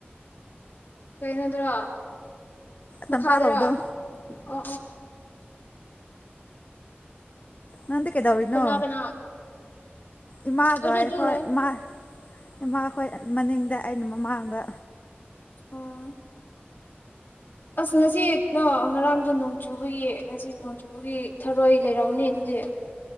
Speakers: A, on the left; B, on the left.
A: ꯀꯩꯅꯣꯗ꯭ꯔꯣ ꯃꯈꯥꯗꯔꯣ
B: ꯇꯝꯄꯥꯛ ꯂꯧꯗꯣ
A: ꯑ ꯑ
B: ꯅꯪꯗꯤ ꯀꯩꯗꯧꯔꯤꯅꯣ
A: ꯀꯅꯥ ꯀꯅꯥ
B: ꯏꯃꯥꯒ
A: ꯑꯩꯗꯤ
B: ꯑꯩꯈꯣꯏ
A: ꯑꯗꯨꯝ ꯂꯩ
B: ꯏꯃꯥ ꯏꯃꯥꯈꯣꯏ ꯃꯅꯤꯡꯗ ꯑꯩꯅ ꯃꯃꯥꯡꯗ
A: ꯑꯣ ꯑꯁ ꯉꯁꯤꯗꯣ ꯉꯔꯥꯡꯗꯣ ꯅꯣꯡ ꯆꯨꯕꯒꯤ ꯉꯁꯤ ꯅꯣꯡꯖꯨ ꯑꯗꯨꯒꯤ ꯊꯔꯣꯏ ꯂꯩꯔꯝꯅꯤ ꯑꯗꯨꯗꯤ